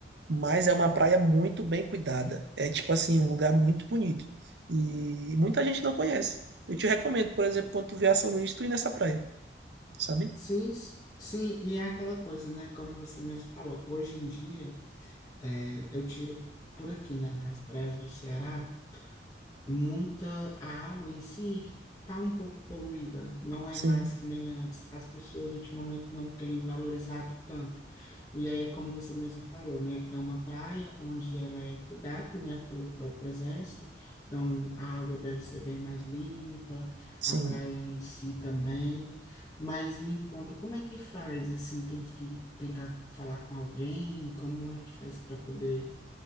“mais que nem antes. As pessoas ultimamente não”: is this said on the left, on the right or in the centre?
Left